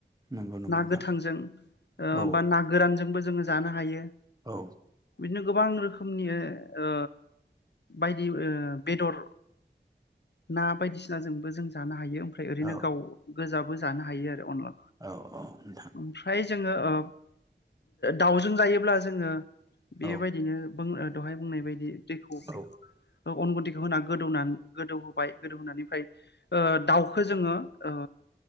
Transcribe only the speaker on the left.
ना
गोथांजों ओ
बा ना गोरानजोंबो जोङो। जानो हायो।
बिनो गोबां रोखोमनि ओ बायदि ओ बेदर ना बायदिसिनाजोंबो जों जानो हायो। ओमफ्राय ओरैनो
गाव गोजाब। जानो हायो आरो। अनला
ओमफ्राय‌। जोङो ओ दाउजों जायोब्ला जोङो। बेबायदिनो
बुं दहाय बुंनाय बायदि दैखौ
अनगुदि खौ होना गोदौनानै गोदौ होबाय गोदौहोनानैफ्राय दाउखौ जोङो ओ